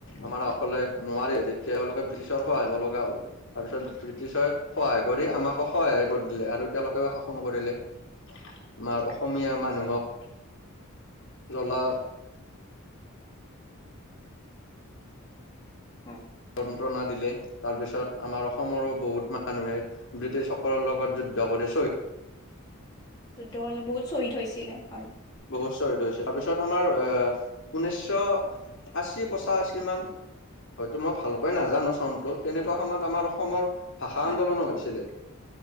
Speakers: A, on the left; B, on the left.
A: আমাৰ অকলে নোৱাৰাৰে তেতিয়া এলোকে ব্ৰিটিছৰ সহায় ল লগা হ'ল। তাৰপিছত ব্ৰিটিছে সহায় কৰি
B: হয়
A: আমাকো সহায় কৰি দিলে আৰু তেওঁলোকেও শাসন কৰিলে, আমাৰ অসমীয়া মানুহক,
B: হয়
A: জ্বলা
B: হম।
A: যন্ত্ৰণা দিলে, তাৰ পিছত আমাৰ অসমৰো বহুত মানুহে ব্ৰিটিছ সকলৰ লগত যু জ্জা কৰি চই‌
B: যুদ্ধ অলপ বহুত শ্বহদ হৈছিলে হয়।
A: বহুত শহদ হৈছিল তাৰপিছত আমাৰ আহ, ঊনৈছশ আশী পচাশী মান হয়তো মই ভালকৈ নাজানো চনটো তেনেকুৱা সময়ত আমাৰ অসমৰ, ভাষা
B: হয়
A: আন্দোলনো হৈছিলে।